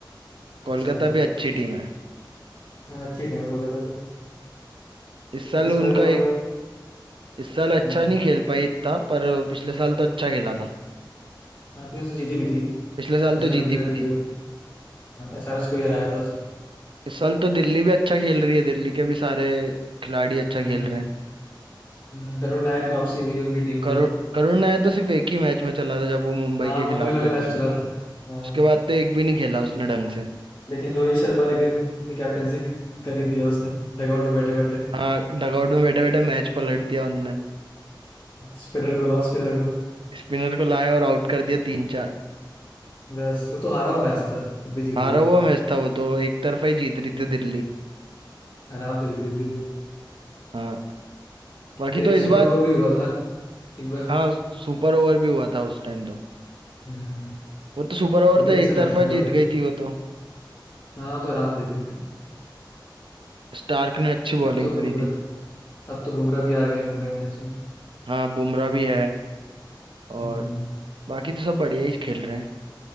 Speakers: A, on the left (about 35°); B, on the right (about 85°).
A: अच्छा
B: कोलकाता भी अच्छी टीम है
A: हाँ अच्छी टीम है कोलकाता भी
B: इस
A: ये
B: साल
A: इस
B: उनका
A: बार भी थोड़ा
B: एक इस साल अच्छा
A: हम्म
B: नहीं खेल पाई इतना पर पिछले साल तो अच्छा खेला था
A: हाँ प्लेयर्स तो जीती भी थी
B: पिछले साल
A: पिछला
B: तो जीती
A: तो विनर भी
B: भी
A: थी वो एस आर एच को ही हराया था उसने
B: इस साल तो दिल्ली भी अच्छा खेल रही है दिल्ली के भी सारे खिलाड़ी अच्छा खेल
A: हम्म
B: रहे हैं
A: हम्म, करुण नायर की वापसी हुई उनकी टीम
B: करुण
A: में
B: करुण नायर तो सिर्फ एक ही मैच में चला था जब वो मुंबई
A: हाँ
B: के खिलाफ
A: मुंबई वाला
B: खेला
A: मैच
B: था
A: चला था
B: उसके
A: हाँ,
B: बाद तो एक भी नहीं खेला उसने ढंग से
A: लेकिन रोहित शर्मा लेकिन अपनी कैप्टेंसी कर ही दिया उसने डगआउट में बैठे बैठे
B: हाँ डगआउट में बैठे बैठे मैच पलट दिया उनने
A: स्पिनर को लॉ स्पिनर को
B: स्पिनर को लाए और आउट कर दिया तीन चार
A: बस वो तो हारा हुआ मैच था तब भी जीत
B: हारा
A: गई
B: हुआ मैच था वो तो एक तरफा ही जीत रही
A: हम्म,
B: थी दिल्ली
A: आराम से जीत गई दिल्ली
B: हाँ बाकी
A: फिर
B: तो
A: एक
B: इस
A: सुपर
B: बार
A: ओवर भी हुआ था एक बार
B: हाँ सुपर ओवर भी हुआ था उस टाइम तो
A: हम्म
B: वो तो सुपर ओवर
A: वो भी
B: तो
A: अच्छा
B: एक तरफा
A: मैच था काफी
B: जीत गई थी वो तो
A: हाँ वो तो आराम से जीत गई थी
B: स्टार्क ने अच्छी बॉलिंग
A: अब तो
B: करी
A: बुमराह
B: थी
A: अब तो बुमराह भी आ गया मुंबई इंडियंस में
B: हाँ बुमराह भी है और
A: हम्म
B: बाकी तो सब बढ़िया ही खेल रहे हैं